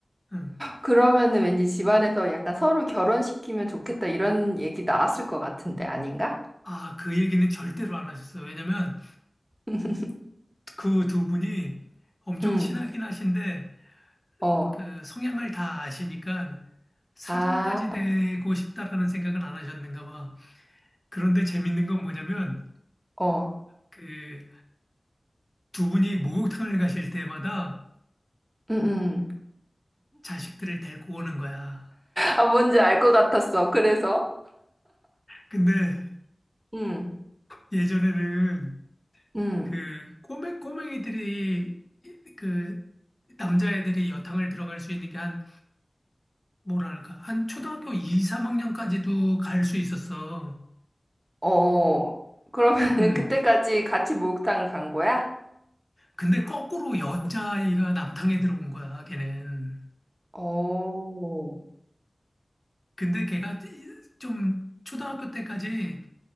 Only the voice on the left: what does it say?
응.
아, 그 얘기는 절대로 안 하셨어. 왜냐면
그 두 분이 엄청
친하긴 하신데
그 성향을 다 아시니까 사돈까지
되고 싶다라는 생각은 안 하셨는가 봐. 그런데 재밌는 건 뭐냐면
그... 두 분이 목욕탕을 가실 때마다
자식들을 데리고 오는 거야.
근데
예전에는
그 꼬맹 꼬맹이들이 그 남자애들이 여탕을 들어갈 수 있는 게 한 뭐랄까 한 초등학교 2, 3학년까지도 갈 수 있었어.
음.
근데 거꾸로 여자아이가 남탕에 들어온 거야, 걔는.
근데 걔가 좀 초등학교 때까지